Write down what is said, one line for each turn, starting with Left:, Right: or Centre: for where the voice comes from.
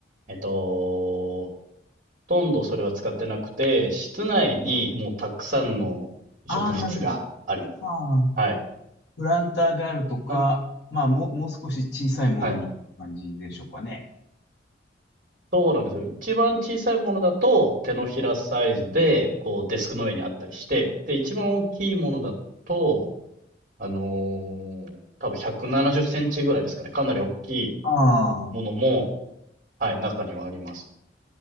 Right: えっと、ほとんどそれは使ってなくて、室内にもうたくさんの植物があります。
Left: ああ、なるほど。ああ
Right: はい。
Left: プランターであるとか、
Right: な
Left: まあ、もう、もう少し小さいものみたいな感じでしょうかね。
Right: はい。そうなんですよ。一番小さいものだと手のひらサイズで、こうデスクの上にあったりして、で、一番大きいものだと、あのー多分170センチぐらいですかね。かなり大きい
Left: あ
Right: ものも、
Left: あ。
Right: はい、中にはあります。